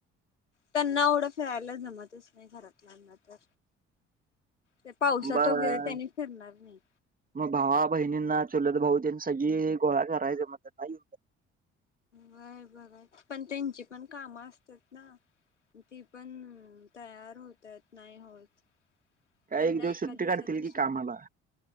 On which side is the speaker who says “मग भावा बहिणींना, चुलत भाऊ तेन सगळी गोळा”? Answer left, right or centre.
Right